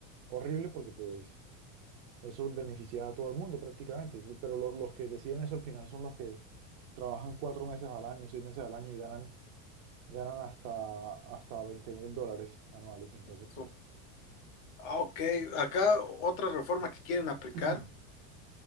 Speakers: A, on the right; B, on the left.
A: horrible porque pues eso beneficia a todo el mundo prácticamente, pero lo- los que deciden eso al final son los que trabajan cuatro meses al año, seis meses al año y ganan, ganan hasta, hasta veinte mil dólares anuales. Entonces,
B: So,
A: pues,
B: ah, ok, acá otra reforma que quieren aplicar
A: <clears throat>